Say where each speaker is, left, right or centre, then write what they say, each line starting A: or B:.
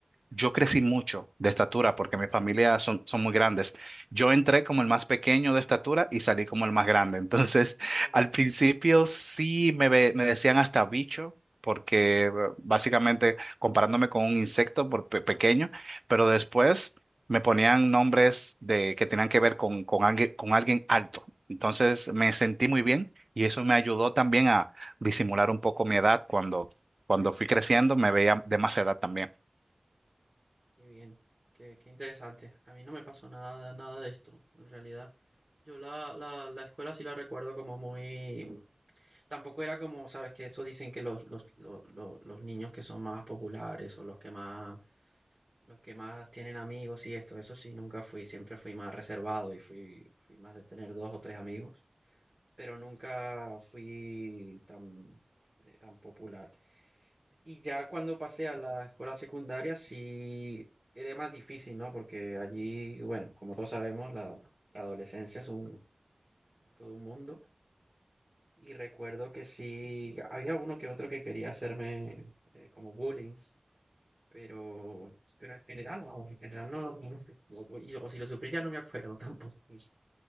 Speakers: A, on the right (about 55°); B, on the right (about 30°).
A: yo crecí mucho de estatura porque mi familia son, son muy grandes. Yo entré como el más pequeño de estatura y salí como el más grande. <laughs> Entonces,
B: Ajá.
A: al principio sí me, ve- me decían hasta bicho, porque eh, básicamente comparándome con un insecto por pe- pequeño, pero después me ponían nombres de, que tenían que ver con, con, alguien, con alguien alto. Entonces, me sentí muy bien y eso me ayudó también a disimular un poco mi edad cuando, cuando fui creciendo, me veía de más edad también.
B: <laughs> Qué bien, qué, qué interesante. A mí no me pasó nada, nada de esto, en realidad. Yo la, la, la escuela sí la recuerdo como muy... Tampoco era como, sabes, que eso dicen que los, los, lo- lo- los niños que son más populares o los que más Los que más tienen amigos y esto, eso sí, nunca fui, siempre fui más reservado y fui, fui más de tener dos o tres amigos, pero nunca fui tan, eh, tan popular. Y ya cuando pasé a la escuela secundaria sí era más difícil, ¿no? Porque allí, bueno, como todos sabemos, la, la adolescencia es un, todo un mundo. Y recuerdo que sí, había uno que otro que quería hacerme eh, como bullying Pero, pero en general, vamos, en general no, no lo sé. O, o- y- o si lo sufrí ya no me acuerdo <laughs> tampoco. Pues,